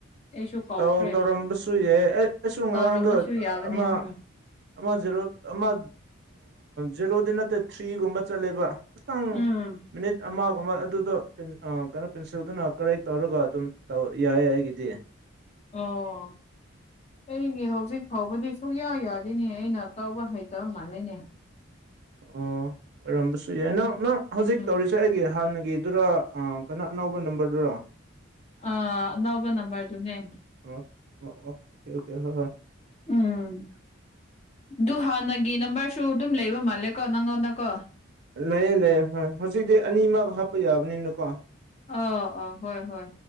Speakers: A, on the left (about 30°); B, on the right (about 50°).
A: ꯑꯩꯁꯨ ꯀꯥꯎꯈ꯭ꯔꯦ
B: ꯇꯧ ꯇꯧꯔꯝꯕꯁꯨ ꯌꯥꯏ ꯑꯩ ꯑꯩꯁꯨ ꯉꯔꯥꯡꯗꯣ
A: ꯇꯧꯔꯕꯁꯨ ꯌꯥꯕꯅꯦ
B: ꯑꯃ
A: ꯎꯝ
B: ꯑꯃ ꯖꯦꯔꯣ ꯑꯃ ꯖꯦꯔꯣꯗꯤ ꯅꯠꯇꯦ ꯊ꯭ꯔꯤꯒꯨꯝꯕ ꯆꯠꯂꯦꯕ ꯇ
A: ꯎꯝ
B: ꯃ ꯑꯃꯒꯨꯝ ꯑꯃ ꯑꯗꯨꯗꯣ ꯀꯩꯅꯣ ꯄꯤꯟꯁꯤꯜꯗꯨꯅ ꯀꯔꯦꯛ ꯇꯧꯔꯒ ꯑꯗꯨꯝ ꯇꯧ ꯌꯥꯏ ꯑꯩꯒꯤꯗꯤ
A: ꯑꯣ ꯑꯩꯒꯤ ꯍꯧꯖꯤꯛ ꯐꯥꯎꯕꯗꯤ ꯁꯨꯡꯌꯥ ꯌꯥꯗꯦꯅꯦ ꯑꯩꯅ ꯇꯧꯕ ꯍꯩꯇꯕ ꯃꯥꯜꯂꯤꯅꯦ
B: ꯑꯣ ꯑꯣꯏꯔꯝꯕꯁꯨ ꯌꯥꯏ ꯅꯪ ꯅꯪ ꯍꯧꯖꯤꯛ
A: ꯎꯝ
B: ꯇꯧꯔꯤꯁꯦ ꯑꯩ ꯒꯤ ꯍꯥꯟꯅꯒꯤꯗꯨꯔ ꯍꯟꯗꯛ ꯑꯅꯧꯕ ꯅꯝꯕꯔꯗꯨꯔ
A: ꯑ ꯑꯅꯧꯕ ꯅꯝꯕꯔꯗꯨꯅꯦ
B: ꯑꯣ ꯑꯣ ꯑꯣ ꯑꯣꯀꯦ ꯑꯣꯀꯦ ꯍꯣꯏ ꯍꯣꯏ
A: ꯎꯝ ꯑꯗꯨ ꯍꯥꯟꯅꯒꯤ ꯅꯝꯕꯔꯁꯨ ꯑꯗꯨꯝ ꯂꯩꯕ ꯃꯥꯜꯂꯦꯀꯣ ꯅꯪꯉꯣꯟꯗꯀꯣ
B: ꯂꯩꯑꯦ ꯂꯩꯑꯦ ꯍꯣꯏ ꯍꯧꯖꯤꯛꯇꯤ ꯑꯅꯤꯃꯛ ꯍꯥꯞꯄ ꯌꯥꯕꯅꯤꯅꯀꯣ
A: ꯑꯣ ꯑꯣ ꯍꯣꯏ ꯍꯣꯏ